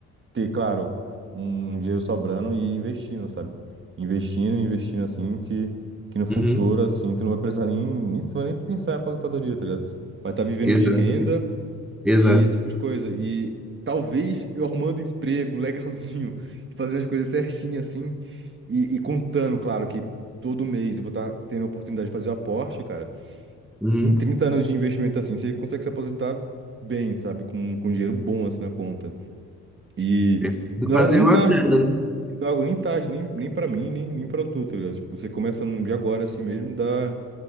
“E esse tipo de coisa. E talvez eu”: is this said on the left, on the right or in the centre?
Right